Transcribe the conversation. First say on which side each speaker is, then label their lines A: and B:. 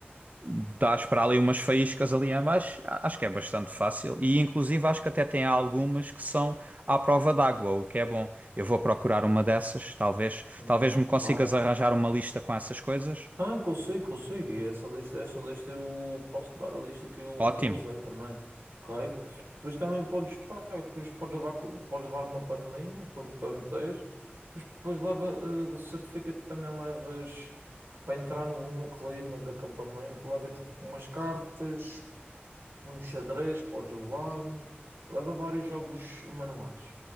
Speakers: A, on the right (about 40°); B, on the right (about 85°).
A: Dás para ali umas faíscas ali a mais, a- acho que é bastante fácil. E inclusive acho que até tem algumas que são à prova d'água, o que é bom. Eu vou procurar uma dessas, talvez,
B: hum,
A: talvez
B: ok.
A: me consigas arranjar uma lista com essas coisas.
B: Ah, que eu sei, que eu sei. E Essa lista, essa lista eu posso dar a lista que eu,
A: Ótimo.
B: que eu usei também. Ok? Depois também podes, pá, depois podes levar, co- podes levar uma panelinha para, para meter. Depois, depois leva eh, o certificado também levas para entrar no, no clima de acampamento, leva tipo umas cartas. Um xadrez podes levar, leva vários jogos manuais.